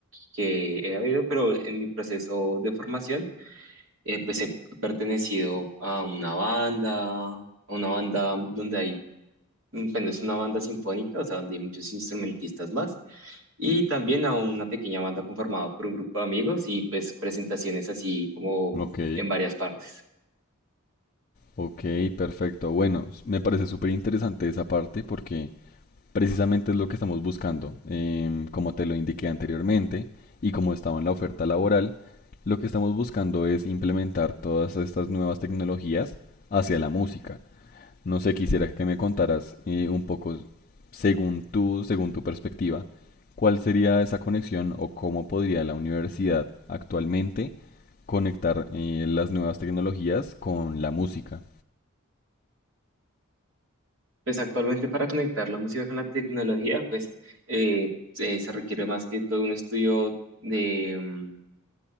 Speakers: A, on the right; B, on the left.
A: que he habido, pero en mi proceso de formación eh, pues he pertenecido a una banda, a una banda donde hay, mm, bueno, es una banda sinfónica, o sea, donde hay muchos instrumentistas más, y también a una pequeña banda conformada por un grupo de amigos y pues presentaciones así como
B: Ok,
A: en varias partes.
B: ok, perfecto. Bueno, s- me parece súper interesante esa parte porque precisamente es lo que estamos buscando. Em, como te lo indiqué anteriormente y como estaba en la oferta laboral, lo que estamos buscando es implementar todas estas nuevas tecnologías hacia la música. No sé, quisiera que me contaras eh, un poco, según tú, según tu perspectiva, cuál sería esa conexión o cómo podría la universidad actualmente conectar eh, las nuevas tecnologías con la música.
A: Pues actualmente para conectar la música con la tecnología, pues eh, se se requiere más que todo un estudio de, mm,